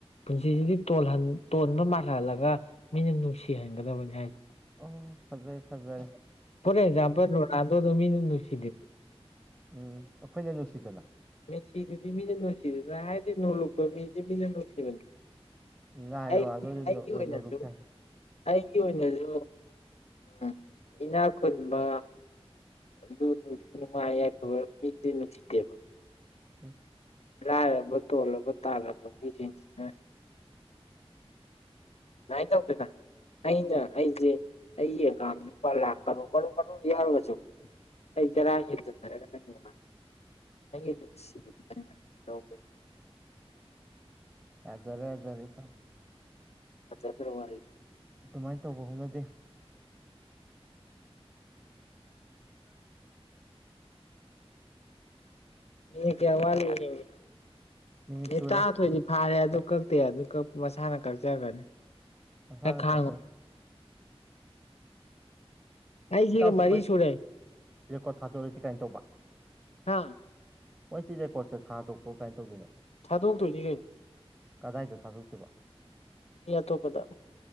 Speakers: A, on the left; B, on the right.
A: ꯄꯨꯟꯁꯤꯁꯤꯗꯤ ꯇꯣꯟꯕ ꯃꯥꯜꯍꯍꯜꯂꯒ ꯃꯤꯅ ꯅꯨꯡꯁꯤꯍꯟꯒꯗꯕꯅꯤ ꯍꯥꯏꯁꯦ
B: ꯑꯣ ꯐꯖꯩ ꯐꯖ
A: ꯐꯔꯦꯖꯥꯄꯜ ꯔꯥꯗꯣꯗꯃꯤ ꯅꯨꯅꯨꯡꯁꯤꯗ
B: ꯎꯝ ꯑꯩꯈꯣꯏꯅ ꯅꯨꯡꯁꯤꯗꯅ
A: ꯃꯤꯁꯤꯗꯨꯗꯤ ꯃꯤꯅ ꯅꯨꯡꯁꯤꯗꯅ ꯍꯥꯏꯗꯤ ꯅꯣꯂꯨꯄ ꯃꯤꯁꯦ ꯃꯤꯅ ꯅꯨꯡꯁꯤꯕꯅꯦ
B: ꯉꯥꯏꯔꯣ
A: ꯑꯩ
B: ꯑꯗꯨꯗꯤ ꯅꯣꯡꯗꯨ
A: ꯑꯩꯒꯤ ꯑꯣꯏꯅꯁꯨ
B: ꯇꯥꯔꯦ
A: ꯑꯩꯒꯤ ꯑꯣꯏꯅꯁꯨ ꯎ ꯏꯅꯥ ꯈꯨꯟꯕ ꯂꯨ ꯅꯨꯡ ꯅꯨꯡꯉꯥꯏ ꯌꯥꯏꯐꯕ ꯃꯤꯁꯤꯗꯤ ꯅꯨꯡꯁꯤꯗꯦꯕ
B: ꯑꯁ
A: ꯂꯥꯏꯕꯣꯂꯣ ꯇꯥꯕ ꯃꯤꯁꯤꯡꯁꯤꯅ ꯁꯨꯃꯥꯏꯅ ꯇꯧꯗꯅ ꯑꯩꯅ ꯑꯩꯁꯦ ꯑꯩꯏꯦ ꯀꯅ ꯄꯥ ꯂꯥꯛꯣ ꯔꯣꯕꯔ ꯌꯥꯔ ꯋꯥꯖꯣ ꯀ ꯀꯔ ꯍꯥꯏꯔꯒ ꯅꯪꯒꯤ ꯅꯪꯒꯤ ꯅꯨꯡꯁꯤꯕꯗ ꯂꯗ
B: ꯍꯖꯔꯦ ꯍꯖꯔꯦ ꯊ
A: ꯍ ꯆꯗ꯭ꯔ ꯃꯥꯔꯤꯗ
B: ꯑꯗꯨꯃꯥꯏꯅ ꯇꯧꯕ ꯍꯣꯠꯅꯗꯦ ꯑ
A: ꯏ ꯀꯋꯥꯂꯤꯅꯤꯡꯦ
B: ꯃꯤꯅꯤꯠ
A: ꯑꯦ
B: ꯁꯨꯔꯦ
A: ꯇ ꯊꯣꯏꯅꯤ ꯐꯔꯦ ꯑꯗꯨ ꯀꯛꯇꯦ ꯑꯗꯨ ꯀ ꯃꯁꯥꯅ ꯀꯛꯆꯒꯅꯤ
B: ꯃꯁꯥꯂ
A: ꯈꯔ ꯈꯥꯡꯉꯨ
B: ꯀꯛꯄ
A: ꯑ ꯌꯦ
B: ꯏꯇꯥꯎꯁꯤ
A: ꯃꯔꯤ
B: ꯃꯣꯏ
A: ꯁꯨꯨꯔꯦ
B: ꯔꯦꯀꯣꯔꯠ ꯊꯥꯗꯣꯔꯗꯤ ꯀꯥꯏꯅ ꯇꯧꯕ
A: ꯍꯥꯥ
B: ꯃꯣꯏꯁꯤ ꯔꯦꯀꯣꯔꯠꯇ ꯊꯥꯗꯣꯛ꯭ꯔꯣ ꯀꯥꯏꯅ ꯇꯧꯗꯣꯏꯅꯣ
A: ꯊꯥꯗꯣꯛꯛꯇꯣꯏꯅꯤ ꯀꯩꯅꯣ
B: ꯀꯗꯥꯏꯗ ꯊꯥꯗꯣꯛꯇꯕ
A: ꯃꯤꯇꯣꯄꯗ